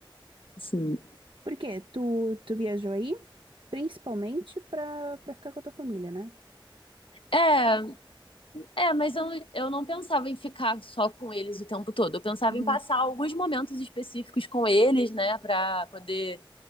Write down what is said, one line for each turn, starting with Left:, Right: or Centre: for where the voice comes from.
Left: <laughs> Sim.
Right: Por quê? Tu, tu viajou aí principalmente pra, pra ficar com a tua família, né?
Left: É, é, mas eu, eu não pensava em ficar só com eles o tempo todo. Eu pensava
Right: Uhum,
Left: em passar alguns momentos específicos com eles, né, Pra poder